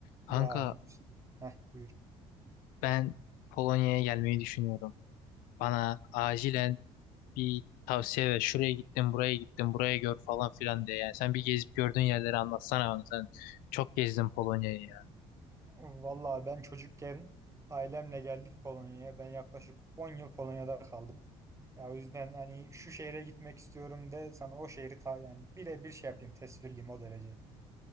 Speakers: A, on the left (about 80°); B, on the right (about 20°).
A: Kanka
B: Ya Hulusi. Heh, buyur.
A: ben Polonya'ya gelmeyi düşünüyorum. Bana acilen bir tavsiye ver. Şuraya gittim, buraya gittim, buraya gör falan filan diye. Yani sen bir gezip gördüğün yerleri anlatsana bana. Sen çok gezdin Polonya'yı ya.
B: Vallahi ben çocukken ailemle geldik Polonya'ya. Ben yaklaşık 10 yıl Polonya'da kaldım. Ya o yüzden hani şu şehre gitmek istiyorum de sana o şehri ta yani birebir şey yapayım tesvirliyim o derece.